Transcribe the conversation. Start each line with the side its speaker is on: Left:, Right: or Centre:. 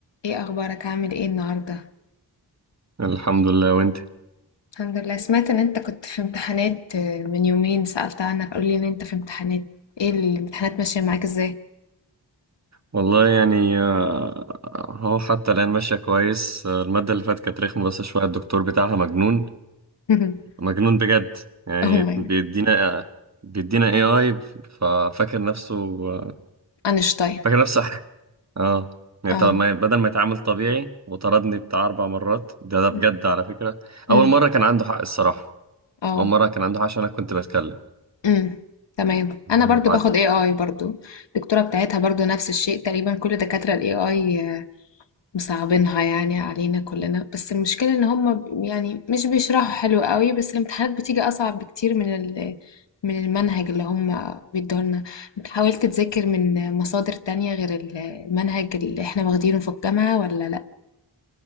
Left: ايه اخبارك عامل ايه النهارده
Right: الحمد لله وانت
Left: الحمد لله سمعت ان انت كنت في امتحانات آه، من يومين سألت عنك قولي ان انت في امتحانات ايه الامتحانات ماشيه معاك ازاي
Right: والله يعني آه، هو حتى الآن ماشية كويس آه، المادة اللي فاتت كانت رخمة بس شوية الدكتور بتاعها مجنون
Left: <laughs>
Right: مجنون بجد يعني
Left: هم
Right: بيدينا آه، بيدينا اي اي ففاكر نفسه آه،
Left: اينشتاين
Right: فاكر نفسه حاجة اه يعني
Left: اه
Right: طب ما بدل ما يتعامل طبيعي وطردني بتاع أربع مرات ده ده بجد
Left: مم.
Right: على فكرة
Left: مم.
Right: أول مرة كان عنده حق الصراحة
Left: اه
Right: أول مرة كان عنده حق عشان أنا كنت بتكلم
Left: مم. تمام انا
Right: آه،
Left: برضو
Right: بعد
Left: باخد اي اي برضو الدكتوره بتاعتها برضو نفس الشيء تقريبا كل دكاتره الاي اي مصعبينها يعني علينا كلنا بس المشكلة ان هم ب- يعني مش بيشرحوا حلو قوي بس الامتحانات بتيجي اصعب بكتير من ال من المنهج اللي هم بيدولنا انت حاولت تذاكر من مصادر تانية غير ال- المنهج اللي احنا واخدينه في الجامعة ولا لا